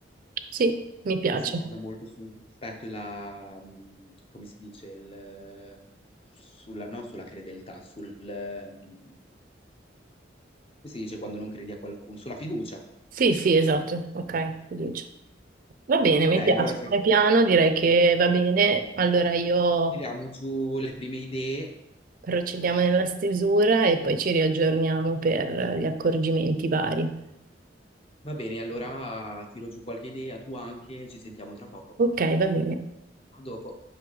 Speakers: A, on the right; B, on the left.
A: Sì, mi piace.
B: che si basa molto sul rispetto e la, mh, come si dice, il, sulla, no, sulla credeltà, sul, ehm, come si dice quando non credi a qualcuno, sulla fiducia.
A: Sì, sì, esatto. Ok, fiducia. Va bene,
B: Ok,
A: mi
B: allora
A: piace.
B: se
A: È piano, direi che va bene. Allora io
B: tiriamo giù le prime idee
A: Procediamo nella stesura e poi ci riaggiorniamo per eh, gli accorgimenti vari.
B: Va bene, allora tiro giù qualche idea, tu anche, ci sentiamo tra poco.
A: Ok, va bene.
B: A dopo.